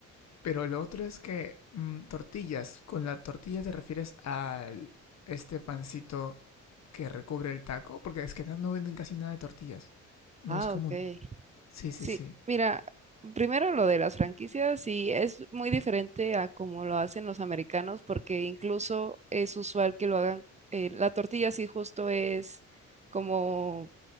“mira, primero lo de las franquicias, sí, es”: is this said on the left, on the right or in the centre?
Right